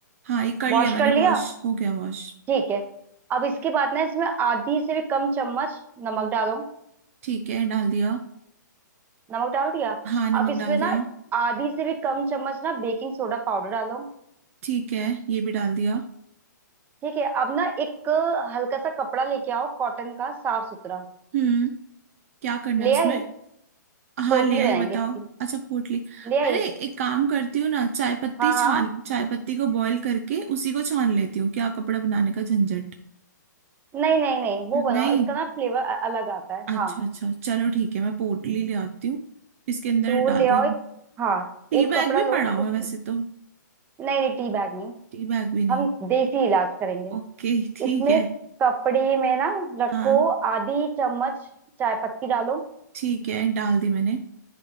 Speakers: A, on the right; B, on the right.
A: हाँ ये कर
B: वॉश
A: लिया मैंने
B: कर लिया
A: वॉश हो गया वॉश
B: ठीक है अब इसके बाद ना इसमें आधी से भी कम चम्मच नमक डालो
A: ठीक है डाल दिया
B: नमक डाल दिया
A: हाँ नमक
B: अब इसमें
A: डाल दिया
B: ना आधी से भी कम चम्मच ना बेकिंग सोडा पाउडर डालो
A: ठीक है ये भी डाल दिया
B: ठीक है अब ना एक हल्का सा कपड़ा लेके आओ कॉटन का साफ सुथरा
A: हम्म क्या करना
B: ले
A: है उसमें
B: आई
A: हाँ
B: पोटली
A: ले
B: बनाएंगे
A: आई बताओ
B: इसकी
A: अच्छा पोटली
B: ले आई
A: अरे एक काम करती हूँ ना चाय पत्ती
B: हाँ हाँ
A: छान चाय पत्ती को बॉईल करके उसी को छान लेती हूँ क्या कपड़ा बनाने का झंझट
B: नहीं नहीं नहीं वो
A: नहीं
B: बनाओ इसका ना फ्लेवर अलग आता है
A: अच्छा
B: हाँ
A: अच्छा चलो ठीक है मैं पोटली ले आती हूँ इसके अंदर
B: तो वो ले
A: डाल दिया
B: आओ
A: मैं
B: एक हाँ
A: टी
B: एक
A: बैग
B: कपड़ा
A: भी
B: लो
A: पड़ा हुआ
B: उस
A: है वैसे तो
B: नहीं नहीं टी बैग नहीं
A: टी बैग भी नहीं
B: हम देसी इलाज करेंगे
A: ओके ठीक
B: इसमें
A: है
B: कपड़े में ना रखो
A: हाँ
B: आधी चम्मच चाय पत्ती डालो
A: ठीक है डाल दी मैंने